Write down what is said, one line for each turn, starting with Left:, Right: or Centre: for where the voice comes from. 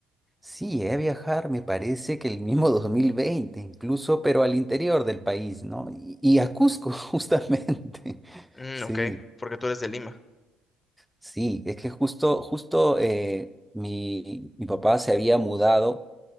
Centre: Sí, llegué a viajar, me parece que el mismo 2020, incluso, pero al interior del país, ¿no? Y, y a Cusco, <laughs> justamente.
Left: Mm,
Centre: Sí,
Left: ok, porque tú eres de Lima.
Centre: sí, es que justo, justo eh, mi, mi papá se había mudado